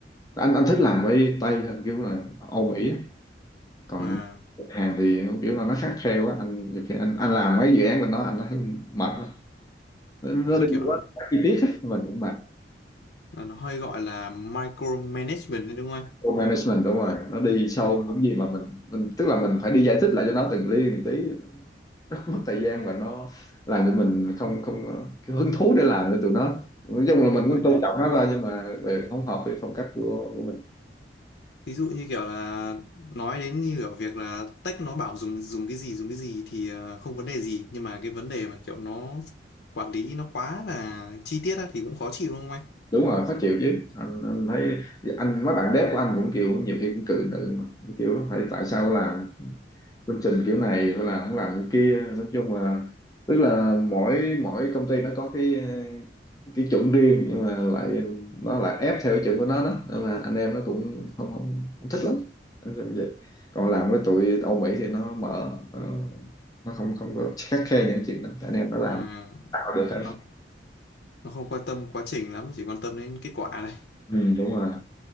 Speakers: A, on the left; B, on the left.
A: anh anh thích làm với Tây hơn kiểu là Âu Mỹ á. còn
B: mà
A: Hàn thì kiểu là nó khắt khe quá anh nhiều khi anh anh làm mấy dự án bên đó anh thấy mệt lắm. nó, nó
B: ừ,
A: đi
B: kiểu
A: quá chi tiết á, mình cũng mệt
B: là nó hơi gọi là micromanagement đấy đúng không
A: Load management đúng rồi nó đi sâu
B: anh
A: những gì mà mình mình tức là mình phải đi giải thích lại cho nó từng ly từng tí nó mất thời gian và nó làm cho mình không không cái hứng thú để làm cho tụi nó nói chung là mình
B: ừ. đúng
A: cũng
B: rồi
A: tôn trọng nó thôi nhưng mà về không hợp với phong cách của của mình
B: ví dụ như kiểu là nói đến như kiểu việc là tech nó bảo dùng dùng cái gì dùng cái gì thì ờ, không vấn đề gì nhưng mà cái vấn đề mà kiểu nó quản lý nó quá là chi tiết á, thì cũng khó chịu đúng không anh
A: đúng rồi khó chịu chứ anh, anh thấy anh mấy bạn dev của anh cũng kiểu nhiều khi cũng cự nữ mà kiểu phải tại sao làm chương trình kiểu này phải làm không làm cái kia nói chung là tức là mỗi mỗi công ty nó có cái ờ, cái chuẩn riêng nhưng mà lại nó lại ép theo cái chuẩn của nó đó nên mà anh em nó cũng không không, không thích lắm Nói chung vậy còn làm với tụi Âu Mỹ thì nó mở ờ, nó không không có khắt khe những chuyện đó anh em nó làm
B: à,
A: tạo được hết
B: nó nó không quan tâm quá trình lắm nó chỉ quan tâm đến kết quả này
A: ừ, đúng rồi